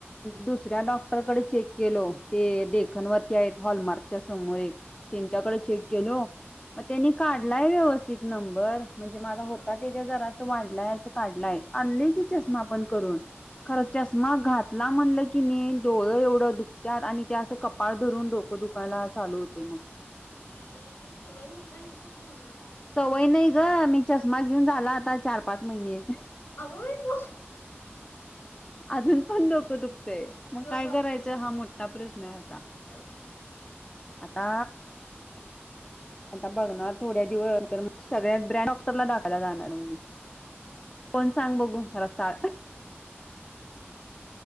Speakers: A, on the left; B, on the left.
A: दुसऱ्या डॉक्टरकडे चेक केलो ते लेखन वरती आहेत हॉलमार्कच्या समोर एक त्यांच्याकडे
B: हा हा
A: चेक केलो मग त्यांनी काढलाय व्यवस्थित नंबर म्हणजे माझा होता
B: हा हा
A: तेच्या जरा असं वाढलाय असं काढलाय आणलेय की चष्मा
B: हा
A: पण करून खर
B: मला
A: चष्मा घातला म्हणल की नाही डोळं एवढं दुखत्याात आणि त्या असं कपाळ धरून डोकं दुखायला चालू होते मग
B: हा म ते सवय हो त होणार वाटतं
A: सवय
B: मग तुला
A: नाही ग मी चष्मा घेऊन झाला आता चार पाच महिने
B: अग बाई बस
A: अजून पण डोकं दुखतय मग
B: लाो
A: काय करायचं हा मोठा प्रश्न आहे आता
B: <unintelligible>
A: आता आता बघणार थोड्या दिवस सगळ्या ब्रँड डॉक्टरला दाखवायला जाणार मी
B: ह <unintelligible>
A: कोण सांग बघू रसाळ